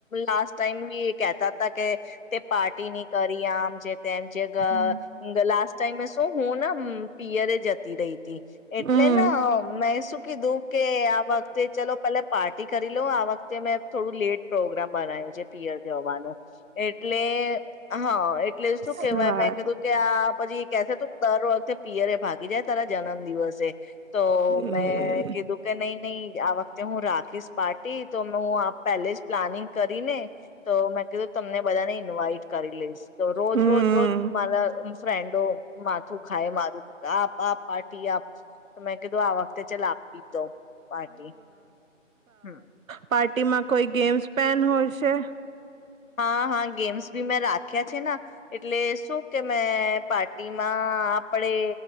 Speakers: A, on the left; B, on the right.
A: લાસ્ટ ટાઈમ બી કેતા હતા કે. તે પાર્ટી ની કરી આમ જે તેમ જે
B: હમ
A: લાસ્ટ ટાઈમે શું હું. હમ પીયરે જતી રહી હતી. એટલે
B: હમ
A: ના મે શું. કીધું કે આ વખતે ચલો પેલે પાર્ટી કરી લો આ વખતે મેં થોડું લેટ. પ્રોગ્રામ બનાવ્યું છે પિયર જવાનું એટલે હા એટલે શું
B: સારું
A: કેહેવાય મેં કીધું કે આ પછી કેસે ત દર વખતે પિયરે ભાગ. સારા જન્મ દિવસ. તો
B: હમ
A: મેં કીધું કે નહી નહી આ વખતે હું રાખીશ પાર્ટી તો હું પેલે જ પ્લાનિંગ કરીને તો મેં કીધું તમને બધાને ઇન્વાઇટ કરી લઈશ તો રોજ
B: હમ
A: રોજ રોજ મારા. ફ્રેન્ડો. માથું ખાય મારું. તા. પાપ પાાર્ટી આપ. તો મેં કીધું આ વખતે ચલા આપી દઉ પાર્ટી હમ.
B: પાર્ટી માં કોઈ ગેમ્સ પેન હોશે.
A: હા હા ગેમ્સ ભી મેં રાખ્યા છે ને એટલે શું કે મેં પાર્ટીમાં આપડે